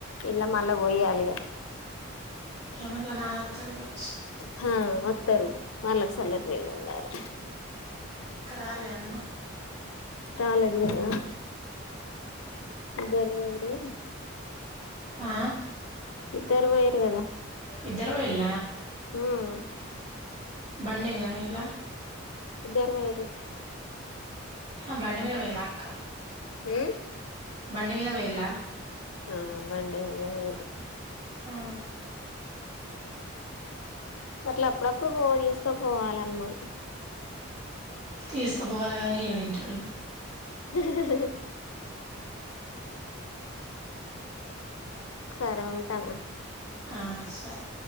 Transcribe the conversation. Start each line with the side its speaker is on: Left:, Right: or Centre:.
Left: ఇలా మళ్ళ పొయ్యాలి ఇగ
Right: ఇక మళ్ళ నాన్న అత్తడు కావ
Left: హ అత్తరు వాళ్ళకి సల్లటి నీళ్ళ ఉండాలి
Right: ఇంకా రాలే అమ్మ
Left: రాలేదు కదా ఇదరరు
Right: ఆ
Left: ఇద్దరు పోయిరు కదా
Right: ఇద్దరు పోయిల
Left: ఉమ్
Right: బండి మీద పోయిళ్ళ
Left: ఇద్దరు పోయిరు
Right: ఆ బండి మీద పోయిలాక్క
Left: హు
Right: బండి మీద పోయిల
Left: ఆ బండి మీద పోయిండ్రు
Right: ఆ
Left: అట్ల అప్పుడప్పుడు పో తీసుకపోవాలమ్మను
Right: తీసుకుపోవాలి గాని ఏడింటాడు
Left: జ జ సరే ఉంటన
Right: ఆ సరే